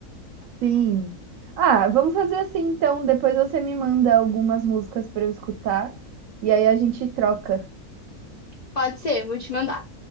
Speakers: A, on the right (about 70°); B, on the left (about 75°).
A: sim. Ah, vamos fazer assim então, depois você me manda algumas músicas pra eu escutar, e aí a gente troca.
B: Pode ser, vou te mandar.